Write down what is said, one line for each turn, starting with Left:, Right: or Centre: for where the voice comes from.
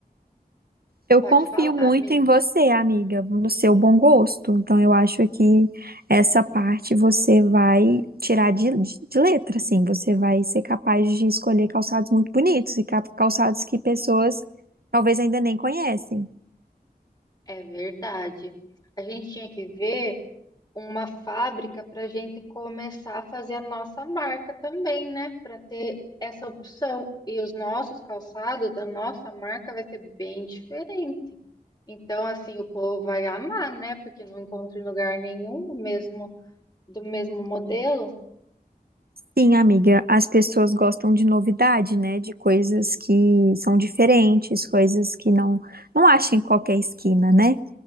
Right: eu
Left: Pode
Right: confio
Left: falar,
Right: muito
Left: amiga.
Right: em você, amiga, no seu bom gosto. Então, eu acho que essa parte você vai tirar de, de, de letra, assim. Você vai ser capaz de escolher calçados muito bonitos e ca- calçados que pessoas talvez ainda nem conhecem.
Left: É verdade. A gente tinha que ver. uma fábrica para a gente começar a fazer a nossa marca também, né? Para ter essa opção. E os nossos calçados, da nossa marca, vai ser bem diferente. Então, assim, o povo vai amar, né? Porque não encontra em lugar nenhum o mesmo do mesmo modelo.
Right: Sim, amiga, as pessoas gostam de novidade, né? De coisas que são diferentes, coisas que não não acham em qualquer esquina, né?